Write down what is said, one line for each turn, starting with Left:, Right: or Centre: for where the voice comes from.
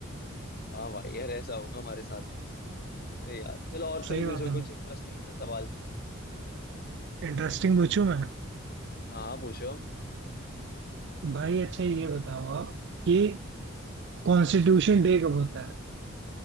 Left: हाँ भाई यार ऐसा होगा हमारे साथ अरे यार चलो और
Right: सही
Left: तुम
Right: बात
Left: पूछो
Right: है
Left: कुछ
Right: भाई
Left: इंटरेस्टिंग से सवाल
Right: इंटरेस्टिंग पूछूं मैं
Left: हाँ हाँ, पूछो
Right: भाई अच्छा ये बताओ आप कि कॉन्स्टिट्यूशन डे कब होता है